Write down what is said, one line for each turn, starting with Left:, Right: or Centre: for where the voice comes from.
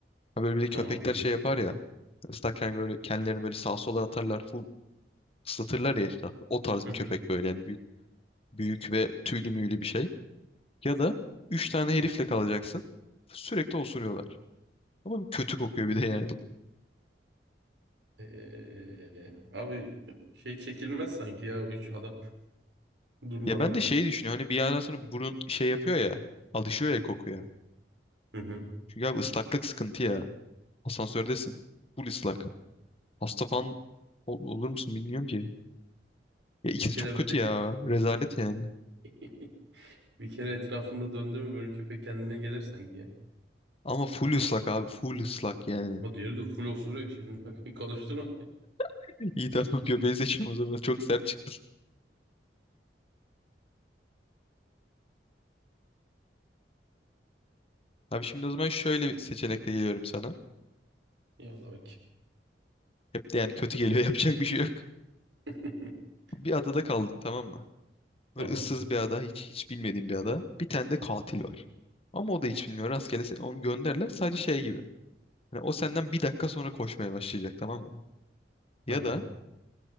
Left: Ha böyle bir de
Right: Tamam.
Left: köpekler şey yapar ya. Islakken böyle kendilerini böyle sağa sola atarlar. Full ıslatırlar ya etrafı. O tarz
Right: Hı
Left: bir köpek
Right: hı.
Left: böyle yani büyük, büyük ve tüylü müylü bir şey. Ya da üç tane herifle kalacaksın. Sürekli osuruyorlar. Ama bir kötü kokuyor bir de yani.
Right: Ee, abi şey çekilmez sanki ya üç adam
Left: <laughs>
Right: <laughs> durmadan.
Left: Ya ben de şeyi düşünüyorum. Hani bir yerden sonra burun şey yapıyor ya. Alışıyor ya kokuya.
Right: Hı hı.
Left: Çünkü abi ıslaklık sıkıntı ya. Asansördesin. Full ıslak. Hasta falan ol- olur musun bilmiyorum ki. Ya ikisi
Right: Bir kere
Left: çok
Right: böyle
Left: kötü ya. Rezalet yani.
Right: <laughs> Bir kere etrafımda döndü mü böyle köpek kendine gelir sanki ya.
Left: Ama full ıslak abi. Full ıslak yani.
Right: O diğeri de full osuruyor şimdi. <laughs> Konuşturma.
Left: <laughs> İyi tamam göbeği seçiyorum o zaman. Çok sert çıktı. Abi şimdi o zaman şöyle bir seçenekle geliyorum sana.
Right: Yallah bak.
Left: Hep de yani kötü geliyor. <laughs> Yapacak bir şey yok.
Right: <laughs>
Left: Bir adada kaldın tamam mı?
Right: Tamam.
Left: Böyle ıssız bir ada. Hiç, hiç bilmediğin bir ada. Bir tane de katil var. Ama o da hiç bilmiyor. Rastgele sen- onu gönderler. Sadece şey gibi. Hani o senden bir dakika sonra koşmaya başlayacak tamam mı? Ya
Right: Tamam.
Left: da